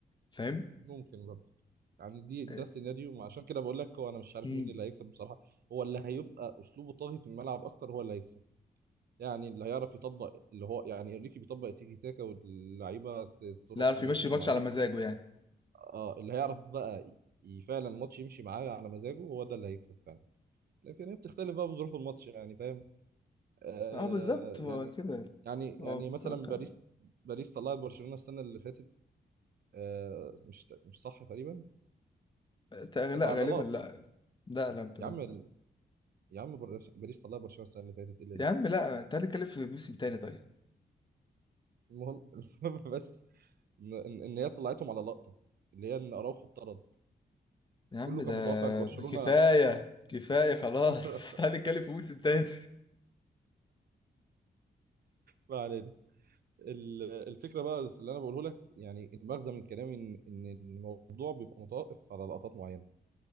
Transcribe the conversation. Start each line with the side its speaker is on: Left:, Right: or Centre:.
Left: فاهم
Right: ممكن برضه يعني دي ده
Left: آه،
Right: سيناريو ما عشان كده بقول لك هو انا مش عارف
Left: مم.
Right: مين اللي هيكسب بصراحة هو اللي هيبقى اسلوبه طاغي في الملعب اكتر هو اللي هيكسب يعني اللي هيعرف يطبق اللي هو يعني انريكي بيطبق تيكي تاكا واللعيبة ت- تروح
Left: لا يعرف
Right: مراكز
Left: يمشي الماتش
Right: معينة
Left: على مزاجه يعني
Right: اه اللي هيعرف بقى ي- فعلا الماتش يمشي معاه على مزاجه هو ده اللي هيكسب فعلا لكن هي بتختلف بقى بظروف الماتش يعني فاهم آه
Left: اه بالظبط
Right: يعني
Left: هو كده
Right: يعني
Left: هو
Right: يعني
Left: متوقع
Right: مثلا باريس باريس طلعت برشلونة السنة اللي فاتت آه مش مش صح تقريبا
Left: تا-
Right: كانت
Left: لا
Right: عضلات
Left: غالبا لا لا لا لا
Right: يا عم ال- يا عم بر- باريس طلعت برشلونة السنة اللي فاتت إيه اللي لا
Left: يا عم لا تعالى نتكلم في موسم تاني طيب
Right: المهم <laughs> المهم بس ان ان إن هي طلعتهم على لقطة اللي هي ان اراوخو اتطرد
Left: يا عم
Right: كله
Left: ده
Right: كان متوقع ان برشلونة
Left: كفايه كفايه خلاص
Right: <laughs>
Left: <laughs> تعالى نتكلم في موسم تاني
Right: ما علينا ال- الفكرة بقى في اللي انا بقوله لك يعني المغزى من كلامي ان ان الموضوع بيبقى متوقف على لقطات معينة